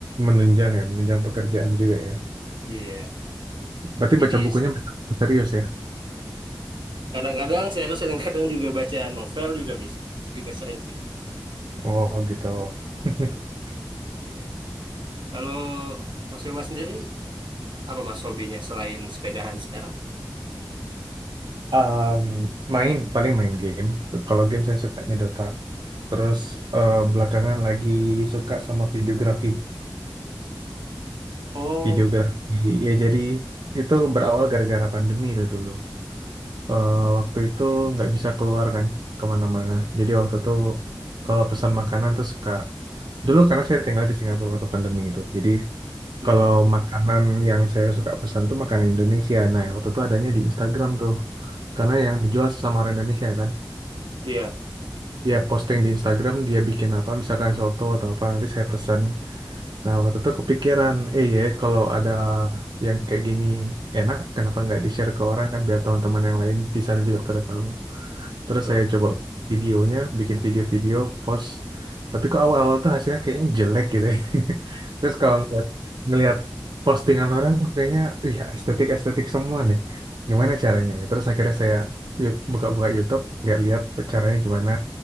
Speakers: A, on the right (about 70°); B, on the right (about 85°).
A: menunjang ya, menunjang pekerjaan juga ya.
B: Iya,
A: Berarti
B: jadi
A: baca bukunya
B: s-
A: baca buku serius ya.
B: kadang-kadang serius, kadang-kadang juga baca novel juga bisa, juga sering sih mas.
A: Oh gitu. <laughs>
B: Iya. Kalau Mas Yoma sendiri apa mas hobinya selain sepedahan sekarang?
A: Em, main paling main game. Kalau game saya sukanya Dota. Terus eh, belakangan lagi suka sama videografi.
B: Oh,
A: Videografi ya jadi itu berawal gara-gara pandemi itu dulu. eh, waktu itu nggak bisa keluar kan kemana-mana. Jadi waktu itu kalau pesan makanan tuh suka dulu karena saya tinggal di Singapura waktu pandemi itu. Jadi
B: Hmm,
A: kalau makanan yang saya suka pesan tuh makanan Indonesia. Nah waktu itu adanya di Instagram tuh karena yang dijual sesama orang Indonesia kan.
B: iya
A: Dia posting di Instagram dia bikin apa misalkan soto atau apa nanti saya pesan. Nah waktu itu kepikiran eh ya kalau ada yang kayak gini enak kenapa nggak di share ke orang kan biar teman-teman yang lain di sana juga pada tahu. Terus
B: betul.
A: saya coba videonya, bikin video-video, post. Tapi kok awal-awal tuh hasilnya kayaknya jelek gitu ya. <laughs> Terus kalau ngeliat, ngeliat postingan orang, kok kayaknya, iya estetik-estetik semua nih. Gimana caranya nih? Terus akhirnya saya yu- buka-buka YouTube, lihat-lihat caranya gimana.